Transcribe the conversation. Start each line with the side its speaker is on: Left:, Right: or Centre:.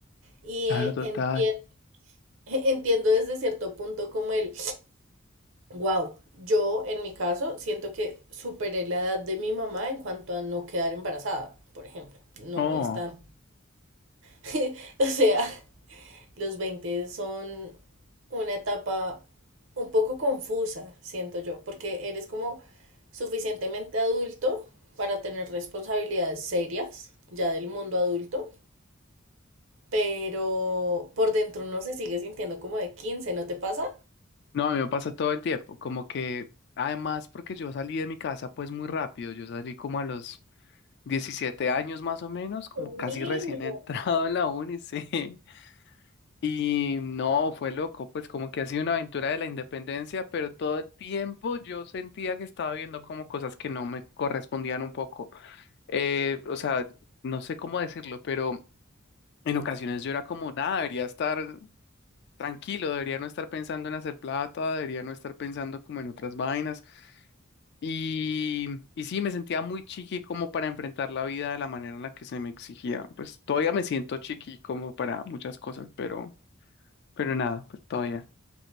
Right: Y
Left: claro,
Right: eh,
Left: total.
Right: entien- <laughs> entiendo desde cierto punto como el, wow, yo en mi caso siento que superé la edad de mi mamá en cuanto a no quedar embarazada, por ejemplo. No
Left: Oh,
Right: es tan... <laughs> O sea, los 20 son una etapa un poco confusa, siento yo, porque eres como suficientemente adulto para tener responsabilidades serias ya del mundo adulto pero por dentro uno se sigue sintiendo como de quince ¿no te pasa?
Left: No, a mí me pasa todo el tiempo, como que además porque yo salí de mi casa pues muy rápido, yo salí como a los 17 años más o menos, como
Right: Un
Left: casi
Right: niño.
Left: recién <laughs> entrado en la uni, sí. Y no, fue loco, pues como que ha sido una aventura de la independencia, pero todo el tiempo yo sentía que estaba viendo como cosas que no me correspondían un poco. Eh, o sea, no sé cómo decirlo, pero en ocasiones yo era como, nada, debería estar tranquilo, debería no estar pensando en hacer plata, debería no estar pensando como en otras vainas. Y, y sí, me sentía muy chiqui como para enfrentar la vida de la manera en la que se me exigía. Pues todavía me siento chiqui como para muchas cosas, pero, pero nada, pues todavía.